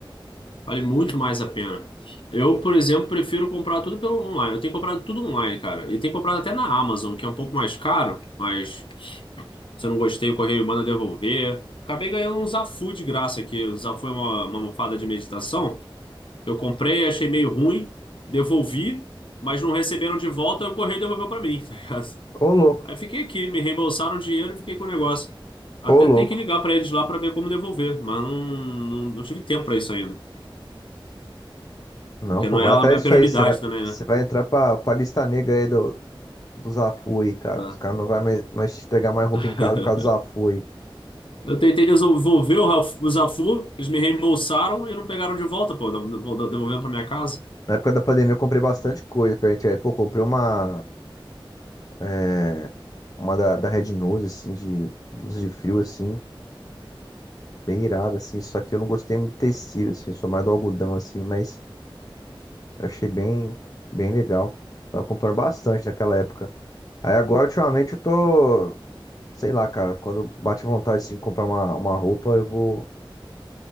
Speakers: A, on the left; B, on the left.
A: Vale muito mais a pena. Eu, por exemplo, prefiro comprar tudo pelo online. Eu tenho comprado tudo online, cara. E tenho comprado até na Amazon, que é um pouco mais caro, mas se eu não gostei, o correio manda devolver. Acabei ganhando um Zafu de graça aqui. O Zafu é uma, uma almofada de meditação. Eu comprei, achei meio ruim, devolvi, mas não receberam de volta e o correio devolveu pra mim, <laughs> tá ligado?
B: Ô, louco,
A: Aí fiquei aqui, me reembolsaram o dinheiro e fiquei com o negócio. Até
B: ô, louco.
A: tem que ligar pra eles lá pra ver como devolver, mas não, não, não tive tempo pra isso ainda.
B: Não,
A: Porque
B: pô,
A: não
B: vai
A: é a
B: atrás
A: minha
B: disso
A: prioridade
B: aí. Você vai,
A: também,
B: você
A: né?
B: vai entrar pra, pra lista negra aí do, do Zafui, cara.
A: Tá.
B: Os caras não vai mais, mais te entregar mais roupa
A: <laughs>
B: em casa por causa do Zafui.
A: Eu tentei desenvolver o Raf- o Zafu, eles me reembolsaram e não pegaram de volta, pô, dev- devolvendo pra minha casa.
B: Na época da pandemia eu comprei bastante coisa pra gente. Aí, pô, comprei uma, é, uma da, da Red Nose, assim, de blusa de frio, assim, bem irada, assim. Só que eu não gostei muito do tecido, assim, eu sou mais do algodão, assim, mas eu achei bem, bem legal. Tava comprando bastante naquela época. Aí agora, ultimamente, eu tô, sei lá, cara, quando bate a vontade, assim, de comprar uma, uma roupa, eu vou.